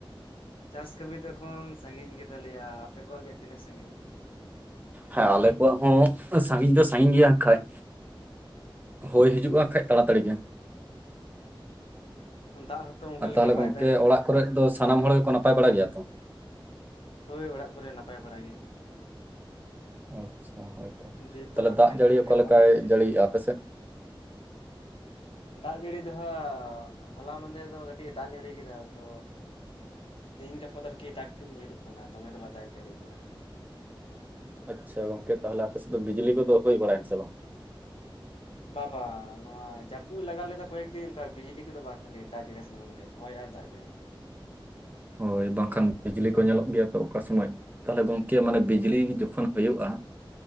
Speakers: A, on the left; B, on the right.
A: ᱪᱟᱥ ᱠᱟᱹᱢᱤ ᱫᱚ ᱮᱠᱷᱚᱱ ᱥᱟᱺᱜᱤᱧ ᱜᱮ ᱛᱟᱞᱮᱭᱟ ᱟᱯᱮ ᱠᱚᱣᱟᱜ ᱜᱮ ᱛᱤᱱᱟᱹᱜ ᱥᱟᱺᱜᱤᱧ
B: ᱦᱮᱸ ᱟᱞᱮ ᱠᱚᱣᱟᱜ ᱦᱚᱸ ᱥᱟᱺᱜᱤᱧ ᱫᱚ ᱥᱟᱺᱜᱤᱧ ᱜᱮᱭᱟ ᱠᱷᱟᱱ ᱦᱳᱭ ᱦᱤᱡᱩᱜᱼᱟ ᱠᱷᱟᱡ ᱛᱟᱲᱟ ᱛᱟᱹᱲᱤ ᱜᱮ
A: ᱫᱟᱜ ᱦᱚᱸᱛᱚ ᱚᱱᱠᱟ
B: ᱟᱨ
A: ᱞᱮᱠᱟ
B: ᱛᱟᱦᱚᱞᱮ
A: ᱵᱟᱭ
B: ᱜᱚᱝᱠᱮ
A: ᱫᱟᱜᱮᱜ ᱠᱟᱱᱟ
B: ᱚᱲᱟᱜ
A: ᱛᱚ
B: ᱠᱚᱨᱮ ᱫᱚ ᱥᱟᱱᱟᱢ
A: ᱥᱟᱺᱜᱤᱧ
B: ᱦᱚᱲ
A: ᱧᱚᱜ
B: ᱜᱮᱠᱚ ᱱᱟᱯᱟᱭ
A: ᱜᱮᱭᱟ
B: ᱵᱟᱲᱟ ᱛᱚ
A: ᱦᱳᱭ ᱚᱲᱟᱜ ᱠᱚᱨᱮ ᱱᱟᱯᱟᱭ ᱵᱟᱲᱟᱜ ᱜᱮ
B: ᱟᱪᱪᱷᱟ ᱦᱳᱭᱛᱚ
A: ᱫᱤᱭᱮᱯᱚᱨ
B: ᱛᱟᱦᱚᱞᱮ
A: ᱟᱯᱮᱨᱮᱱ
B: ᱫᱟᱜ ᱡᱟᱹᱲᱤ
A: ᱜᱚᱝᱠᱮ
B: ᱚᱠᱟ ᱞᱮᱠᱟᱭ
A: ᱚᱲᱟᱜ ᱦᱚᱲ ᱫᱚ ᱪᱮᱫ
B: ᱡᱟᱹᱲᱤᱭᱮᱫᱟ
A: ᱞᱮᱠᱟ ᱢᱮᱱᱟᱜ
B: ᱟᱯᱮ
A: ᱠᱚᱣᱟ?
B: ᱥᱮᱫ?
A: ᱫᱟᱜ ᱡᱟᱹᱲᱤ ᱫᱚᱦᱟᱸᱟᱜ ᱦᱚᱞᱟ ᱢᱟᱸᱦᱫᱮᱨ ᱫᱚ ᱠᱟᱹᱴᱤᱡ ᱫᱟᱜ ᱡᱟᱹᱲᱤ ᱠᱮᱫᱟ ᱛᱚ᱾ ᱛᱤᱦᱤᱧ ᱜᱟᱯᱟ ᱫᱚ ᱟᱨᱠᱤ ᱴᱟᱠ ᱴᱩᱠ ᱧᱩᱨᱩᱜ ᱠᱟᱱᱟ ᱫᱚᱢᱮ ᱫᱚ ᱵᱟᱭ ᱫᱟᱜ ᱡᱟᱹᱲᱤᱭᱮᱜ ᱠᱟᱱᱟ ᱦᱟᱸᱜ᱾
B: ᱟᱪᱪᱷᱟ ᱜᱚᱝᱠᱮ ᱛᱟᱦᱚᱞᱮ ᱟᱯᱮ ᱥᱮᱫ ᱫᱚ ᱵᱤᱡᱽᱞᱤ ᱠᱚᱫᱚ ᱦᱩᱭ ᱵᱟᱲᱟᱭᱮ ᱥᱮ ᱵᱟᱝ?
A: ᱵᱟ ᱵᱟ ᱱᱚᱣᱟ ᱡᱟᱹᱯᱩᱫ ᱞᱟᱜᱟᱣ ᱞᱮᱫᱟ ᱠᱚᱭᱮᱠ ᱫᱤᱱ ᱚᱱᱠᱟ ᱵᱤᱡᱽᱞᱤ ᱠᱚᱫᱚ ᱵᱟᱝ ᱠᱷᱟᱞᱤ ᱫᱟᱜ ᱡᱟᱲᱤ ᱥᱩᱢᱩᱝ ᱜᱮ᱾ ᱦᱚᱭ ᱟᱨ ᱫᱟᱜ ᱡᱟᱹᱲᱤ᱾
B: ᱦᱳᱭ ᱵᱟᱝ ᱠᱷᱟᱱ ᱵᱤᱡᱽᱞᱤ ᱠᱚ ᱧᱮᱞᱚᱜ ᱜᱮᱭᱟ ᱛᱚ ᱚᱠᱟ ᱥᱚᱢᱚᱭ᱾ ᱛᱟᱦᱚᱞᱮ ᱜᱚᱝᱠᱮ ᱢᱟᱱᱮ ᱵᱤᱡᱽᱞᱤ ᱡᱚᱠᱷᱚᱱ ᱦᱩᱭᱩᱜᱼᱟ᱾